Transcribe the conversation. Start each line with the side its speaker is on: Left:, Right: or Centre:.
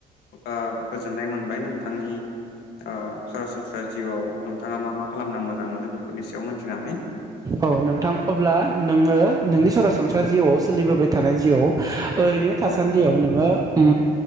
Left: आ गोजोननाय मोनबाय नोंथांनि ओ सरासनस्रा जिउआव नोंथाङा मा मा खालामना मोजां मोनो बेफोरनि सायाव मोनथिनानै
Right: औ नोंथां अब्ला नोङो नोंनि सरासनस्रा जिउआव सोलिबोबाय थानाय जिउआव ओरैनो थासान्दियाव
Left: औ
Right: नोङो ओ